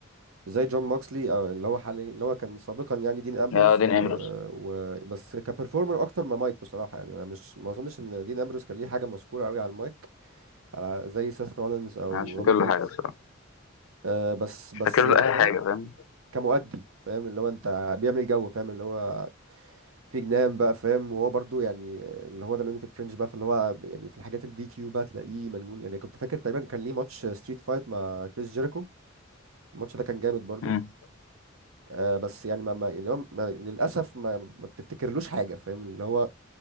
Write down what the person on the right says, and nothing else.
زي جون موكسلي او اللي هو حاليا اللي هو كان سابقا يعني دين امبروز
و...
و... بس كبرفورمر اكتر ما مايك بصراحه يعني انا مش ما اظنش ان دين امبروز كان ليه حاجه مذكوره قوي على المايك على زي سيث رولينز او
رومان
رينز
أه بس
بس
يعني
فاهم
كمؤدي فاهم اللي هو انت بيعمل جو فاهم اللي هو في جنان بقى فاهم وهو برضو يعني اللي هو ده لونيتك فرنش بقى فاللي هو يعني في الحاجات الدي كيو بقى تلاقيه مجنون يعني كنت فاكر تقريبا كان ليه ماتش ستريت فايت مع كريس جيريكو الماتش ده كان جامد برضو
آه بس يعني ما, ما يعني هو ما للاسف ما, ما بتفتكرلوش حاجه فاهم اللي هو